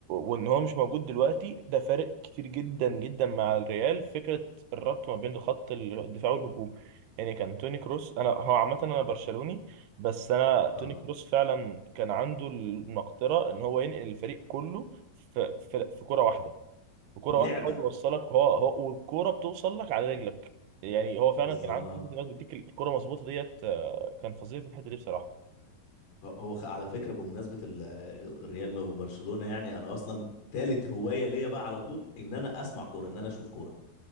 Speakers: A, on the right; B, on the left.
A: وان هو مش موجود دلوقتي ده فارق كتير جدا جدا مع الريال فكره الربط ما بين خط الدفاع والهجوم يعني كان توني كروس انا هو عامه انا برشلوني بس انا توني
B: اه
A: كروس فعلا كان عنده المقدره ان هو ينقل الفريق كله في في, في كره واحده بكرة
B: في لعبة
A: واحدة هو بيوصلك هو هو والكورة بتوصل لك على رجلك يعني هو فعلا
B: بالظبط
A: كان عنده فكرة إنه بيديك الكورة مظبوطة ديت آه، كان فظيع في الحتة دي بصراحة
B: هو هو خ- على فكرة بمناسبة ال- الريال وبرشلونة يعني أنا أصلا تالت هواية ليا بقى على طول إن أنا أسمع كورة إن أنا أشوف كورة